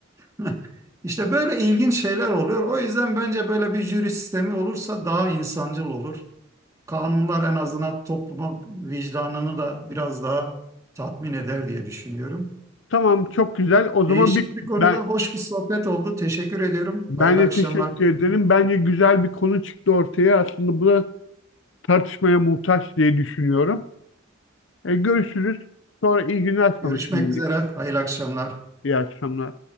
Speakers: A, on the right; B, on the left.
A: <laughs> İşte böyle ilginç şeyler oluyor. O yüzden bence böyle bir jüri sistemi olursa daha insancıl olur. Kanunlar en azından topluma vicdanını da biraz daha tatmin eder diye düşünüyorum.
B: Tamam çok güzel. O zaman
A: Değişik
B: bir
A: bir
B: ben
A: konuda hoş bir sohbet oldu. Teşekkür ediyorum.
B: ben
A: Hayırlı
B: de
A: akşamlar
B: teşekkür
A: diliyorum.
B: ederim. Bence güzel bir konu çıktı ortaya. Aslında bu da tartışmaya muhtaç diye düşünüyorum. E, görüşürüz. Sonra iyi günler
A: Görüşmek
B: sana şimdilik.
A: üzere. Hayırlı akşamlar.
B: İyi akşamlar.